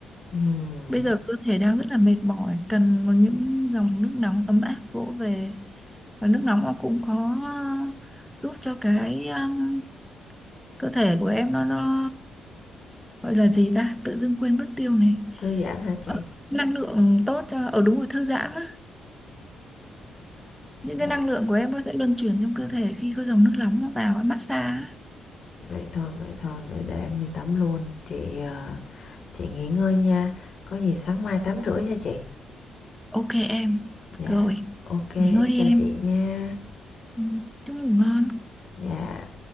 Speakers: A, on the left; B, in the centre.
A: Ừm,
B: Bây giờ cơ thể đang rất là mệt mỏi, cần một những dòng nước nóng ấm áp vỗ về. Và nước nóng nó cũng có giúp cho cái um, cơ thể của em nó nó gọi là gì ta? Tự dưng quên mất tiêu này.
A: Thư giãn hả chị?
B: Ờ, năng lượng tốt cho ở đúng rồi thư giãn á. Những
A: Dạ.
B: cái năng lượng của em nó sẽ luân chuyển trong cơ thể khi có dòng nước nóng nó vào ấy, massage. á.
A: Vậy thôi, vậy thôi, vậy để em đi tắm luôn. Chị ờ, Chị nghỉ ngơi nha, có gì sáng mai 8 rưỡi nha chị.
B: Ok em.
A: Dạ,
B: Rồi,
A: ok em
B: nghỉ ngơi đi
A: chào
B: em.
A: chị nha.
B: Ừ, Chúc ngủ ngon.
A: Dạ.